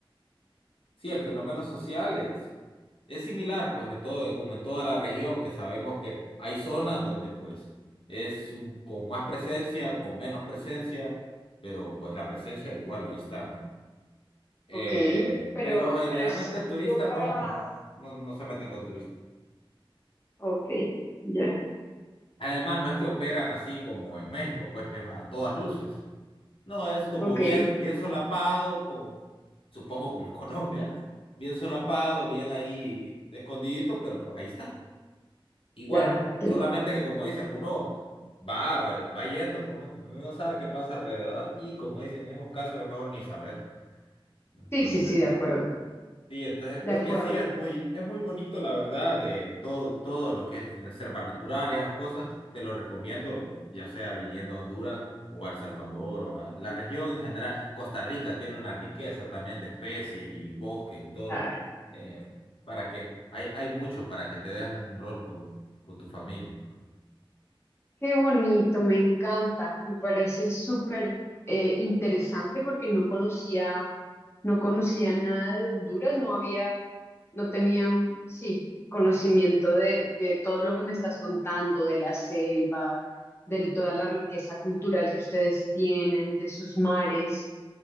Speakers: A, on the left; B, on the left.
A: Sí, el fenómeno social es, es similar, pues, en todo, como en toda la región, que sabemos que hay zonas donde, pues, es un- con más presencia, con menos presencia, pero, pues, la presencia igual ahí está, ¿no? Eh,
B: Ok. Pero,
A: pero generalmente
B: pero es seguro
A: el turista no,
B: para
A: no, no, no se meten con turistas.
B: Ok, ya,
A: Además, no es que operan así como en México, pues, que es a todas luces. No, es como
B: Ok.
A: bien, bien solapado, con, supongo como en <laughs> Colombia, bien solapado, bien ahí escondidito, pero pues ahí está. Igual,
B: ya. Ten-
A: solamente que como dicen, uno va, eh, va yendo, pues ¿no? uno no sabe qué pasa alrededor y como dicen, en esos casos es mejor ni saber. Entonces,
B: Sí, sí, sí, de acuerdo.
A: sí, entonces,
B: De
A: porque
B: acuerdo.
A: sí, es muy, es muy bonito, la verdad, de todo, todo lo que es reservas naturales, esas cosas, te lo recomiendo, ya sea viniendo a Honduras o a El Salvador o a la región en general. Costa Rica tiene una riqueza también de especies y bosques y todo.
B: Claro.
A: Eh, ¿para qué? Hay, hay mucho para que te dejes un rol con, con tu familia.
B: Qué bonito, me encanta. Me parece súper eh, interesante porque no conocía, no conocía nada de Honduras, no había, no tenía, sí, conocimiento de, de todo lo que me estás contando, de la selva, de toda la riqueza cultural que ustedes tienen, de sus mares.